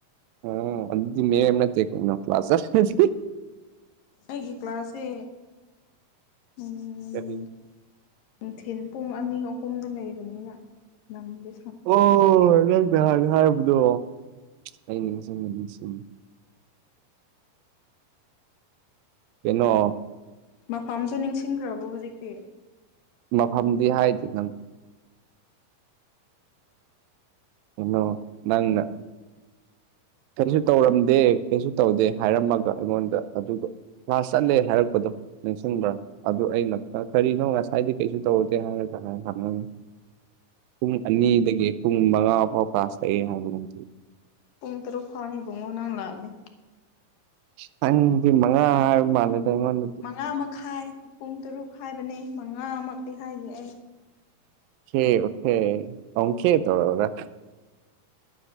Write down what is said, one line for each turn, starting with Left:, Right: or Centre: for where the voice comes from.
Right: ꯑꯣ ꯑꯗꯨꯗꯤ ꯃꯤꯔꯦꯝ ꯅꯠꯇꯦ ꯀꯩꯅꯣ ꯀ꯭ꯂꯥꯁ ꯆꯠꯂꯗꯤ
Left: ꯑꯩꯒꯤ ꯀ꯭ꯂꯥꯁꯁꯦ ꯑꯝ
Right: ꯀꯔꯤ
Left: ꯅꯨꯡꯊꯤꯟ ꯄꯨꯡ ꯑꯅꯤ ꯑꯍꯨꯝꯗ ꯂꯩꯕꯅꯤꯅ ꯅꯪꯗꯦ
Right: ꯑꯣ ꯅꯪꯅ ꯅꯍꯥꯟ ꯍꯥꯏꯕꯗꯣ ꯑꯩ ꯅꯤꯡꯁꯤꯡꯉꯦ ꯅꯤꯡꯁꯤꯡꯉꯦ ꯀꯩꯅꯣ
Left: ꯃꯐꯝꯁꯨ ꯅꯤꯡꯁꯤꯡꯈ꯭ꯔꯕꯣ ꯍꯧꯖꯤꯛꯇꯤ
Right: ꯃꯐꯝꯗꯤ ꯍꯥꯏꯗꯦ ꯅꯪ ꯀꯩꯅꯣ ꯅꯪꯅ ꯀꯩꯔꯤꯁꯨ ꯇꯧꯔꯝꯗꯦ ꯀꯩꯁꯨ ꯇꯧꯗꯦ ꯍꯥꯏꯔꯝꯃꯒ ꯑꯩꯉꯣꯟꯗ ꯑꯗꯨꯒ ꯀ꯭ꯂꯥꯁ ꯆꯠꯂꯦ ꯍꯥꯏꯔꯛꯄꯗꯣ ꯅꯤꯡꯁꯤꯡꯕ꯭ꯔꯥ ꯑꯗꯨ ꯑꯩꯅ ꯀꯔꯤꯅꯣ ꯉꯁꯥꯏꯗꯤ ꯀꯩꯁꯨ ꯇꯧꯗꯦ ꯍꯥꯏꯔꯒ ꯍꯥꯏ ꯍꯪꯉꯒ ꯄꯨꯡ ꯑꯅꯤꯗꯒꯤ ꯄꯨꯡ ꯃꯉꯥ ꯐꯥꯎ ꯀ꯭ꯂꯥꯁ ꯂꯩ ꯍꯥꯢꯕꯒꯨꯝ
Left: ꯄꯨꯡ ꯇꯔꯨꯛꯐꯥꯎꯡ ꯅꯤꯕꯨꯡꯉꯣ ꯅꯪ ꯂꯥꯛꯑꯦ
Right: ꯅꯪꯗꯤ ꯃꯉꯥ ꯃꯥꯜꯂꯦꯗ ꯑꯩꯉꯣꯟꯗꯗꯤ
Left: ꯃꯉꯥ ꯃꯈꯥꯏ ꯄꯨꯡ ꯇꯔꯨꯛ ꯍꯥꯏꯕꯅꯤ ꯃꯉꯥꯃꯨꯛꯇꯤ ꯍꯥꯏꯗꯦ ꯑꯩ
Right: ꯑꯣꯒꯦ ꯑꯣꯒꯦ ꯑꯣꯒꯦ ꯇꯧꯔꯒ